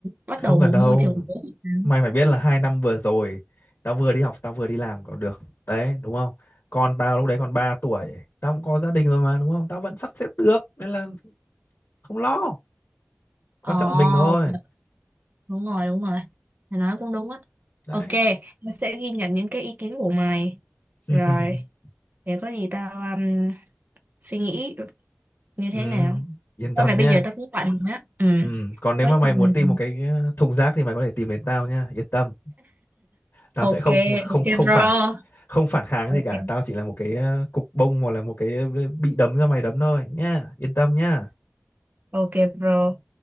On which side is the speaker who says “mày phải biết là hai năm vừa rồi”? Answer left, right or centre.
Left